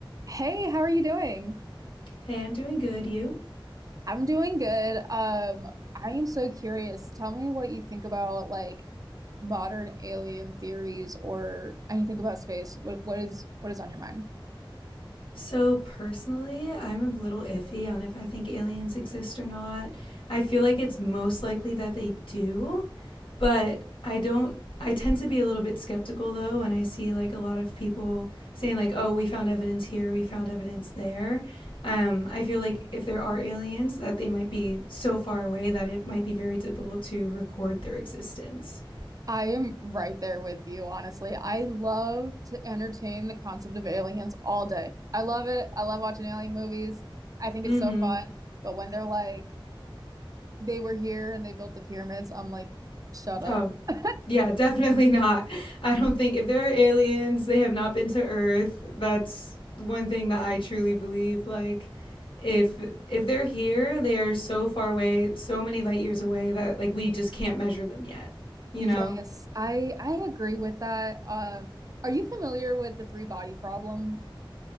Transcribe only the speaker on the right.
Hey, how are you doing?
I'm doing good. Um, I am so curious. Tell me what you think about like modern alien theories or anything about space. What what is what is on your mind?
I am right there with you, honestly. I love to entertain the concept of aliens all day. I love it. I love watching alien movies. I think
it's so fun. But when they're like, they were here and they built the pyramids, I'm like, shut up.
<laughs>
Yes,
I I agree with that. Um, are you familiar with the three body problem?